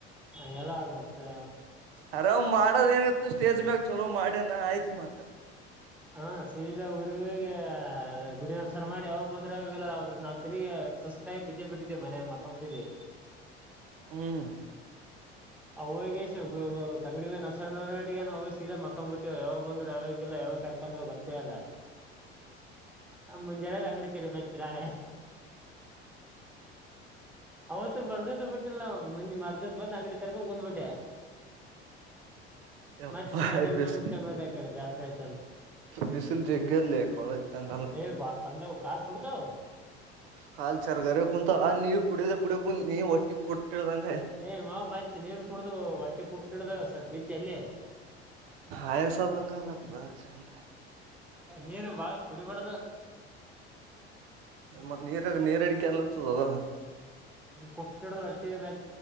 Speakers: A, in the centre; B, on the right (about 60°).
A: ಹಂಗೆಲ್ಲ ಅವರು ಸ್
B: ಅರಾಮ್ ಮಾಡೋದು ಏನಿತ್ತು ಸ್ಟೇಜ್ ಮ್ಯಾಗ ಚಲೋ ಮಾಡ್ಯನ ಆಯ್ತ್ ಮತ್ತೆ
A: ಹ ಸೀದ ಊರುಗೆ ಹೋಗಿ ಗುಡಿ ನಮಸ್ಕಾರ್ ಮಾಡಿ ಯಾವಾಗ ಬಂದ್ರ ಅವಿಗೆಲ್ಲಾರ ಅವ್ರರು ನಾವ್ ತಿರುಗ ಸುಸ್ತ್ ಸ್ತಾಗಿ ಬಿದ್ದೆ ಬಿಟ್ಟಿದ್ವಿ ಮನೆಯಲ್ಲಿ ಮಕ್ಕಂಬಟ್ಟಿದ್ವಿ
B: ಹ್ಮ್
A: ಅವಾಗೇಶರು ತಂಗಡಿ ನ ಅವ ಸೀದ ಮಕ್ಕೊಂಡ್ ಬಿಟ್ಟವಿ ಯಾವಾಗ ಬಂದ್ರ ಯಾವಾಗಲ್ಲ ಯಾವಾಗ ಕರ್ ಯಂದ್ರೆ ಗೊತ್ತೇ ಇಲ್ಲ ನ ಮುಂಜಾನೆದು ಅಂಗಡಿತೀರಿ ಮತ್ ನಾಳೆ ಅವತ್ತು ಬರ್ದಸ ಬಿಟ್ಟಿಲ್ಲ ನಾವು ಮುಜ್ ಮರ್ದಸ ಬಂದ್ ಅಂಗಡಿ ತರಕ ಕುಂದು ಬಿಟ್ಟೆ.
B: ಯಪ್ಪ
A: ಮತ್ತ್ ಮಧ್ಯಾಹ್ನ
B: ಬಿಸ್
A: ಮುಂಚೆ ಹೋದೆ ಆ ಕಡೆ ಬ್ಯಾಸರ ಆಯ್ತಂತ
B: ಬಿಸಿಲು ಜಗ್ಗದ್ದ್ ಲ್ಲೆ ಕೊವಿತಂಗಲ್ಲ.
A: ಏ ಬಾ ಕಂಡವು ಕಾಲ್ ಸೂಡ್ತಾವು
B: ಕಾಲ್ ಚರ್ಗಾರ ಕುಂತ ಆ ನೀರ್ ಕುಡಿಯದ ಕುಡಿಯೋಕ ಕು ನೀರ್ ಒಟ್ಟಿ ಕೊಟ್ಟಿ ಇಡ್ದಾಂಗೆ.
A: ಏಯ್ ಮಾವ್ ಮತ್ ನೀರ್ ಕುಡ್ದು ಒಟ್ಟಿ ಕುಟ್ಟಿಡ್ದು ಸತ್ ಬಿದ್ದು ಎಲ್ಲಿ.
B: ಆಯಸ ಬಘಲ್ಲ ಶಂತ.
A: ನೀರು ಬಾಳ ಕುಡಿಬಾರದು
B: ಮತ್ ನೀರಾಗ ನೀರ ಅಡಿಕೆ ಎಲ್ಲತ್ತದ.
A: ಕೊಟ್ಟಿಡ ಒಟ್ಟಿ ಮ